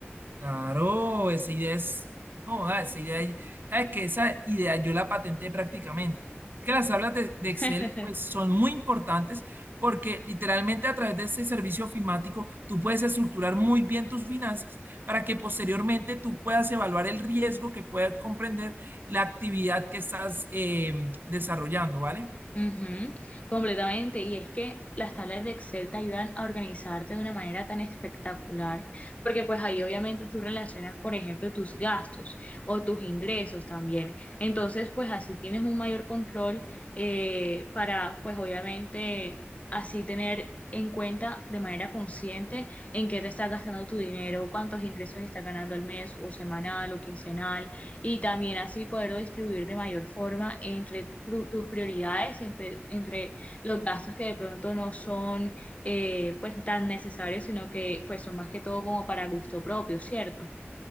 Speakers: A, on the right; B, on the left.
A: Claro, esa idea es, joda, esa idea, sabes que esa idea yo la patenté prácticamente. Es que las tablas de, de
B: <laughs>
A: Excel pues son muy importantes porque literalmente a través de este servicio ofimático tú puedes estructurar muy bien tus finanzas para que posteriormente tú puedas evaluar el riesgo que pueda comprender la actividad que estás eh, desarrollando, ¿vale?
B: Ujú, completamente. Y es que las tablas de Excel te ayudan a organizarte de una manera tan espectacular, porque pues ahí obviamente tú relacionas, por ejemplo, tus gastos o tus ingresos también. Entonces, pues así tienes un mayor control eh, para, pues obviamente, así tener en cuenta de manera consciente en qué te está gastando tu dinero, cuántos ingresos estás ganando al mes o semanal o quincenal y también así poderlo distribuir de mayor forma entre tu- tus prioridades, entre, entre los gastos que de pronto no son eh, pues tan necesarios, sino que pues son más que todo como para gusto propio, ¿cierto?